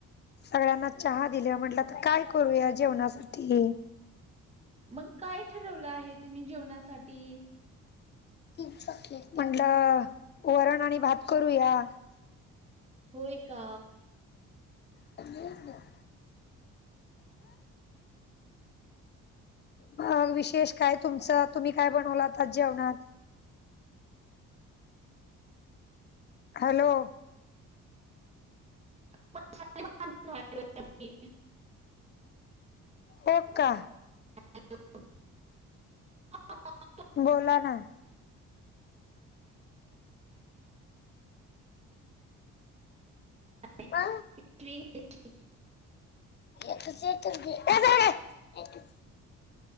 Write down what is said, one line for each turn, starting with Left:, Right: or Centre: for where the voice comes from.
Left: सगळ्यांना चहा दिले म्हटलं, तर काय करूया जेवणासाठी.
Right: मग काय ठरवलं आहे, तुम्ही जेवणासाठी
Left: म्हंटलं वरण आणि भात करूया.
Right: होय का?
Left: <unintelligible> ना मग विशेष काय तुमच्यात? तुम्ही काय बनवलं आता जेवणात? हॅलो?
Right: <unintelligible> <unintelligible>
Left: हो का?
Right: हॅलो? <unintelligible>
Left: बोला ना
Right: माळवं
Left: आ
Right: <unintelligible>
Left: एकच एकच दे एकच